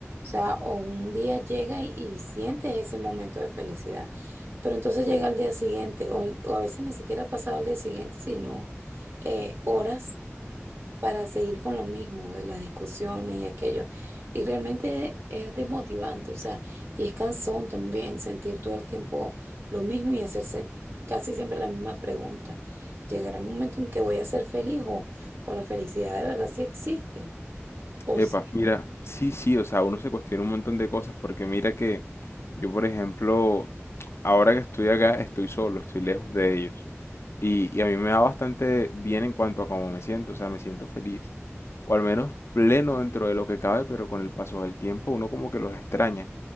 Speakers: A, on the right; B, on the left.
A: sea, o un día llega y, y sientes ese momento de felicidad, pero entonces llega al día siguiente, o, o a veces ni siquiera ha pasado al día siguiente, sino eh, horas para seguir con lo mismo, de las discusiones y aquello. Y realmente es desmotivante, o sea, y es cansón también sentir todo el tiempo lo mismo y hacerse casi siempre la misma pregunta. ¿Llegará el momento en que voy a ser feliz o, o la felicidad de verdad sí existe? O
B: Epa,
A: sí,
B: mira, sí, sí, o sea, uno se cuestiona un montón de cosas porque mira que yo, por ejemplo, ahora que estoy acá, estoy solo, estoy lejos de ellos. Y, y a mí me da bastante bien en cuanto a cómo me siento, o sea, me siento feliz, o al menos pleno dentro de lo que cabe, pero con el paso del tiempo uno como que los extraña.